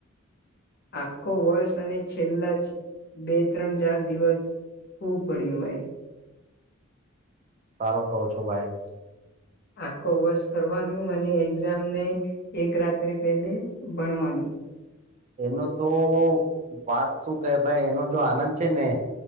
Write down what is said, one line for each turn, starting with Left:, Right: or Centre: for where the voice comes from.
Left: આખો વર્ષ અને છેલ્લા બે ત્રણ ચાર દિવસ ખૂબ ભણ્યું ભાઈ.
Right: સારો કહો છો ભાઈ.
Left: આખો વર્ષ ફરવાનું અને એક્ઝામને એક રાત્રિ પહેલે ભણવાનું.
Right: એનું તો વાત શું કેહે ભાઈ એનો જો આનંદ છે ને.